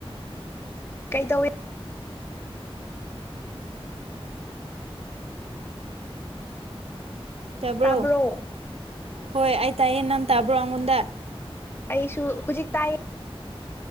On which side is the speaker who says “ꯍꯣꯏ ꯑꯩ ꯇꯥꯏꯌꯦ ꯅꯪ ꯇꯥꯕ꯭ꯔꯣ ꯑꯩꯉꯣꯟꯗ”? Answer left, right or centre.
Right